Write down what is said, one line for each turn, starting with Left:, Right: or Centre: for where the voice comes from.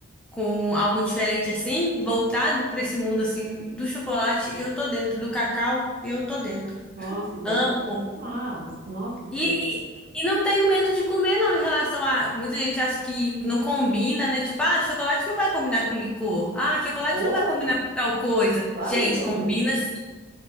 Centre: com algo diferente assim, voltado para esse mundo assim do chocolate, eu tô dentro. Do cacau, eu tô dentro.
Right: Nossa, então
Centre: Amo.
Right: você ia amar. você- Nossa, porque.
Centre: E, e e não tenho medo de comer, não, em relação a. Muita gente acha que não combina, né? Tipo, ah, chocolate não vai combinar com licor. Ah, chocolate
Right: Oh,
Centre: não vai combinar com tal coisa.
Right: claro
Centre: Gente,
Right: que combina.
Centre: combina sim.